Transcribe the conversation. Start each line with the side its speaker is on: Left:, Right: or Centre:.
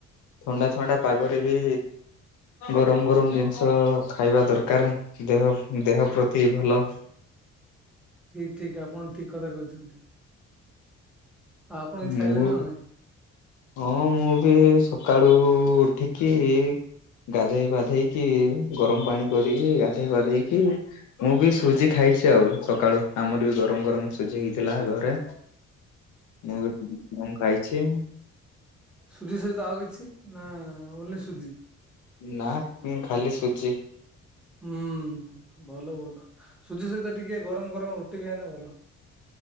Left: ଥଣ୍ଡା ଥଣ୍ଡା ପାଗରେ ବି ଗରମ ଗରମ ଜିନିଷ ଖାଇବା ଦରକାର। ଦେହ ଦେହ ପ୍ରତି ଭଲ।
Centre: ଠିକ ଠିକ ଆପଣ ଠିକ କଥା କହିଛନ୍ତି। ଓ ଆପଣ କିଛି
Left: ମୁଁ
Centre: ଖାଇଲେ ନା ନାଇଁ?
Left: ହଁ ମୁଁ ବି ସକାଳୁ ଉଠିକି ଗାଧେଇ ପାଧେଇକି ଗରମ ପାଣି କରିକି ଗାଧେଇ ପାଧେଇକି ମୁଁ ବି ସୁଜି ଖାଇଛି ଆଉ। ସକାଳୁ ଆମର ବି ଗରମ ଗରମ ସୁଜି ହେଇଥିଲା ଘରେ। ମୁଁ ବି ତାହା ହିଁ ଖାଇଛି।
Centre: ସୁଜିି ସହିତ ଆଉ କିଛି ନା ଓନ୍ଲି ସୁଜି?
Left: ନା ମୁଁ ଖାଲି ସୁଜି।
Centre: ହୁଁ ଭଲ ଭଲ ସୁଜି ସହିତ ଟିକେ ଗରମ ଗରମ ରୁଟି ବି ହେନେ ଭଲ।